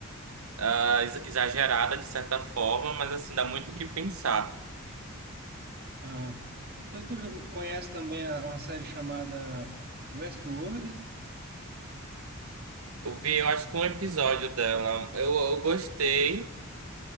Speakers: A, on the right; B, on the right.
A: ah, ex- exagerada de certa forma, mas assim, dá muito o que pensar.
B: Ah, então tu já conhece também a- uma série chamada Westworld?
A: Eu vi, eu acho que um episódio dela. Eu, eu gostei,